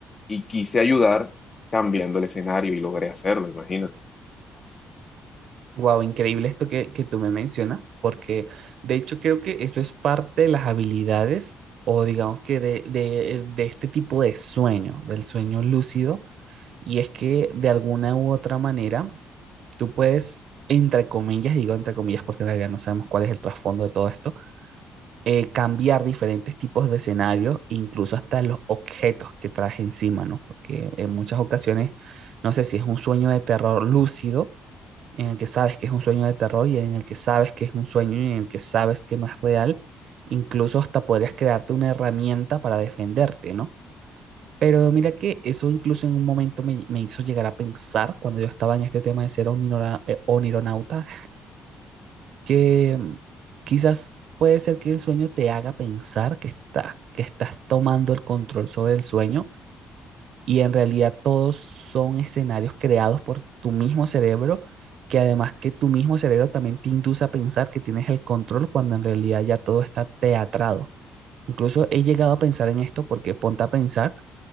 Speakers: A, on the left; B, on the right.
A: y quise ayudar cambiando el escenario y logré hacerlo, imagínate.
B: Wow, increíble esto que, que tú me mencionas, porque de hecho creo que esto es parte de las habilidades o digamos que de, de, de este tipo de sueño, del sueño lúcido, y es que de alguna u otra manera tú puedes, entre comillas, digo entre comillas porque en realidad no sabemos cuál es el trasfondo de todo esto, eh, cambiar diferentes tipos de escenarios, incluso hasta los objetos que traes encima, ¿no? Porque en muchas ocasiones, no sé si es un sueño de terror lúcido en el que sabes que es un sueño de terror y en el que sabes que es un sueño y en el que sabes que no es real, incluso hasta podrías crearte una herramienta para defenderte, ¿no? Pero mira que eso incluso en un momento me, me hizo llegar a pensar, cuando yo estaba en este tema de ser onirona- eh, onironauta, que mm, quizás puede ser que el sueño te haga pensar que, está- que estás tomando el control sobre el sueño y en realidad todos son escenarios creados por tu mismo cerebro, que además que tu mismo cerebro también te induce a pensar que tienes el control cuando en realidad ya todo está teatrado. Incluso he llegado a pensar en esto porque ponte a pensar